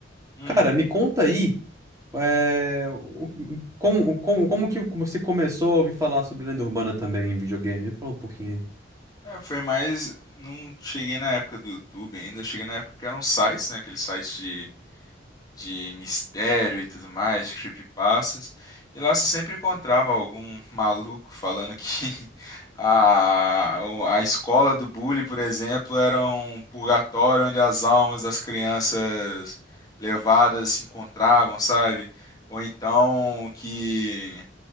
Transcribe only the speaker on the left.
Uhum.
É, foi mais. Não cheguei na época do YouTube ainda. Cheguei na época que eram sites, né? Aqueles sites de de mistério e tudo mais, creepypastas. E lá você sempre encontrava algum maluco falando que <laughs> a, a escola do bullying, por exemplo, era um purgatório onde as almas das crianças levadas se encontravam, sabe? Ou então que